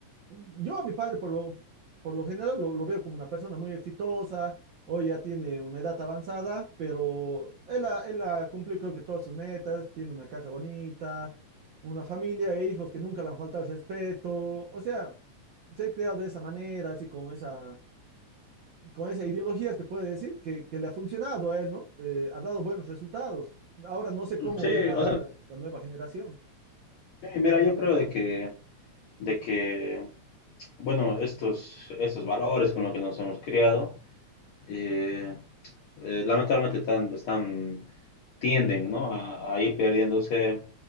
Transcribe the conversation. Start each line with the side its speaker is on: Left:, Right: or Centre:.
Right: yo a mi padre, por lo, por lo general, lo, lo veo como una persona muy exitosa. Hoy ya tiene una edad avanzada, pero él ha, él ha cumplido creo que todas sus metas. Tiene una casa bonita, una familia e hijos que nunca le han faltado el respeto. O sea, ser creado de esa manera, así con esa, con esa ideología, se puede decir que, que le ha funcionado a él, ¿no? Eh, ha dado buenos resultados. Ahora no sé cómo
Left: Sí,
Right: irá
Left: o
Right: a dar
Left: sea,
Right: la nueva generación.
Left: sí, mira, yo creo de que, de que bueno, estos, estos valores con los que nos hemos criado, eh, eh, lamentablemente están, están, tienden, ¿no? A, a ir perdiéndose.